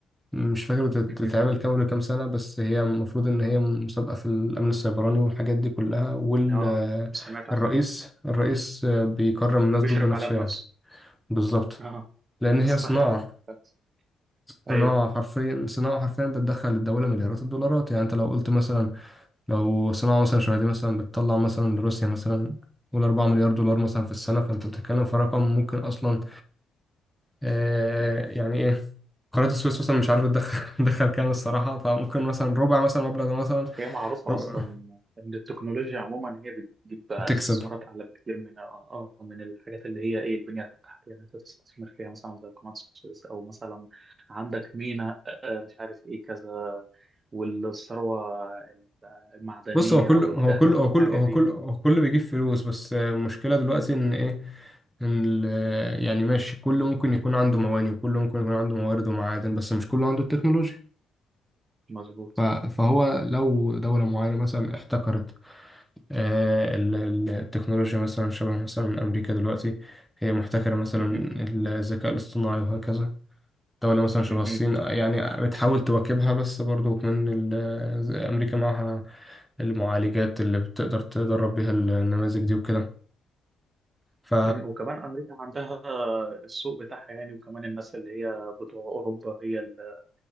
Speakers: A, in the centre; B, on the right.
A: مش فاكر بتت-
B: مهم.
A: بتتعمل كام ولا كام سنة بس هي المفروض إن هي مسابقة في الأمن السيبراني والحاجات دي كلها والرئيس
B: اه سمعت عنها
A: الرئيس بيكرم الناس
B: بيشرف
A: دول بنفسه
B: عليها بنفسه
A: يعني بالظبط
B: اه
A: لأن
B: <laughs>
A: هي
B: سمعت
A: صناعة
B: عنها بس.
A: صناعة
B: ايوه
A: حرفيا صناعة حرفيا بتدخل الدولة مليارات الدولارات يعني أنت لو قلت مثلا لو صناعة مثلا شبه دي مثلا بتطلع مثلا لروسيا مثلا قول 4 مليار دولار مثلا في السنة فأنت بتتكلم في رقم ممكن أصلا آه يعني إيه قناة السويس مثلا مش عارف تدخل <laughs> تدخل كام الصراحة فممكن مثلا ربع مثلا المبلغ ده مثلا
B: هي معروفة
A: ربع
B: أصلا إن التكنولوجيا عموما هي بتجيب استثمارات
A: تكسب
B: أعلى بكتير من آه آه، من الحاجات اللي هي إيه البنية التحتية يعني أنت تستثمر فيها مثلا زي قناة السويس أو مثلا عندك ميناء آه، آه، مش عارف إيه كذا والثروة المعدنية
A: بص هو كل
B: والذهب
A: هو كل هو
B: والحاجات
A: كل هو
B: دي
A: كل هو كل بيجيب فلوس بس المشكلة دلوقتي إن إيه إن ال- يعني ماشي كل ممكن يكون عنده مواني وكل ممكن يكون عنده موارد ومعادن بس مش كله عنده التكنولوجيا
B: مظبوط
A: ف- فهو لو دولة معينة مثلا احتكرت آه، ال- ال- التكنولوجيا مثلا شبه مثلا أمريكا دلوقتي هي محتكرة مثلا
B: <laughs>
A: الذكاء الاصطناعي وهكذا دولة مثلا شبه
B: مهم.
A: الصين يعني بتحاول تواكبها بس برضو من ال- أمريكا معاها المعالجات اللي بتقدر تدرب بيها النماذج دي وكده ف
B: مم. وكمان أمريكا عندها السوق بتاعها يعني وكمان الناس اللي هي بتوع أوروبا هي اللي